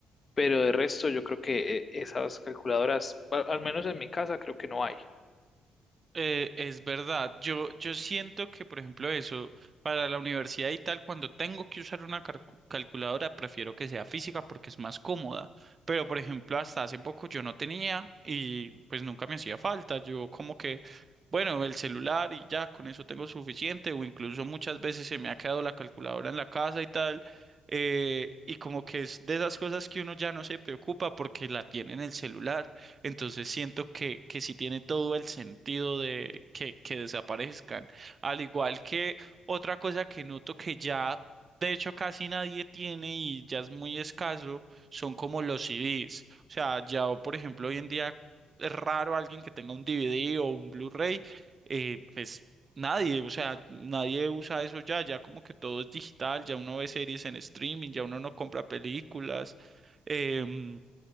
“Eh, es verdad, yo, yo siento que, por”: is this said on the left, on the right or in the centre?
Right